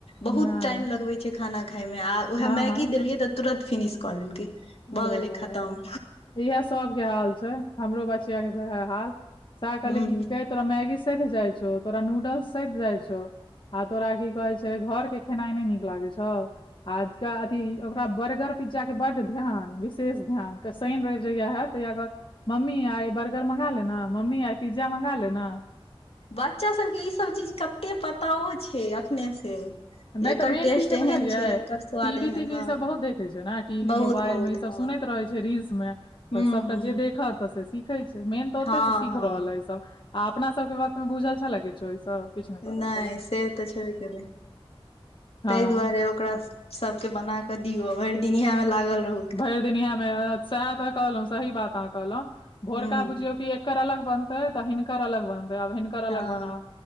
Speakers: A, on the left; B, on the left.
A: बहुत
B: नहि
A: टाइम लगबे छैय खाना खााय मे आ उएह
B: हँ
A: मैगी
B: हँ
A: देलियै तऽ तुरन्त फिनिश कऽ लेलकै भऽ
B: अरे
A: गेलै
B: बाबा
A: खतम
B: रे इएह सबके हाल छै हमरो बचआ सेहा हाल श कहल
A: हूँ
B: की कहै तोरा मैगी सहित जाइ छौ तोरा नूडल्स सहित जाइ छौ आ तोरा की कहे छै घर के खेनाई नहि नीक लागे छौ आजका अथी ओकरा बर्गर पिज्जा के बड्ड ध्यान विशेष ध्यान के शनि रवि जया हैत तगर मम्मी आइ बर्गर मँगा लेना मम्मी आइ पिज्जा मँंगा लेना
A: बच्चा सबके ईसभ चीज कते पताओ छै एखने से
B: नहि
A: एकर
B: तऽ मेन
A: टेस्ट
B: की छै बुझलियै
A: एहन एकर स्वाद
B: टीवी
A: एहन
B: तीवी
A: हँ
B: ई सब बहुत देखे छै ने टीवी
A: बहुत
B: मोबाइल
A: बहुत
B: मे ई सब
A: हँ
B: सुनैत रहे छै रीलस मे
A: हूँ
B: तऽ सबटा
A: हूँ
B: जे देखत त सीखे छै मेन तऽ
A: हँ
B: ओते से सीख
A: हँ
B: रहल ह इ सब आ अपना सब के वक्त मे बुझल छ लग छौ ई सब किछु पता
A: नहि
B: छलए
A: सेहत छै भी गेलल
B: हँ
A: ताहि दुआरे ओकरा सबके बना कऽ दियौ भरि दिनय मे लागल रहु
B: भरि दिन इमे सएह तऽ कहलहुँ सही बात अह कहलहुँ भोरका
A: हँ
B: बुझियौ कि हिनकर अलग बनतै तऽ हिनकर अलग बनतै अब हिनकर
A: हूँ
B: अलग बनाब